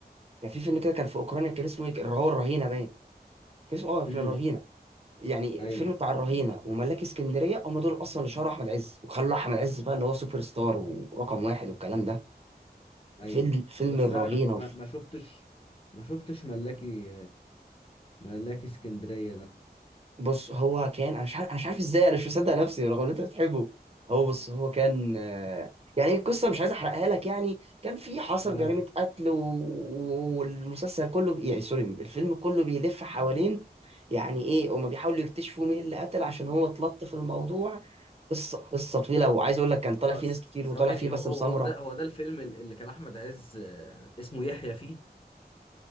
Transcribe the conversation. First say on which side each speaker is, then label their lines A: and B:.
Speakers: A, on the right (about 35°); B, on the left (about 35°).
A: كان في فيلم كده كان في أوكرانيا كان اسمه إيه اللي هو الرهينة باين كان اسمه أه كان
B: امم
A: الرهينة يعني
B: ايوه
A: فيلم بتاع الرهينة وملاك اسكندرية هم دول أصلا اللي شهروا أحمد عز وخلوا أحمد عز بقى اللي هو سوبر ستار ورقم واحد والكلام ده
B: ايوه
A: فيلم فيلم
B: بس
A: الرهينة
B: لا أنا
A: وف-
B: ما ما شفتش ما شفتش ملاكي ملاكي اسكندرية ده
A: بص هو كان أنا مش عارف أنا مش عارف إزاي أنا مش مصدق نفسي رغم إن أنت بتحبه هو بص هو كان آه، يعني القصة مش عايز أحرقها لك يعني كان في حصل
B: اه
A: جريمة قتل و... والمسلسل كله بي... يعني سوري الفيلم كله بيلف حوالين يعني إيه هما بيحاولوا يكتشفوا مين اللي قتل عشان هو اتلطف في الموضوع قصه قصه طويله وعايز اقول لك كان طالع
B: هو
A: فيه
B: س-
A: ناس كتير
B: ثواني
A: وطالع فيه باسم
B: هو هو
A: سمره
B: هو ده هو ده الفيلم ال- اللي كان احمد عز آه، اسمه يحيى فيه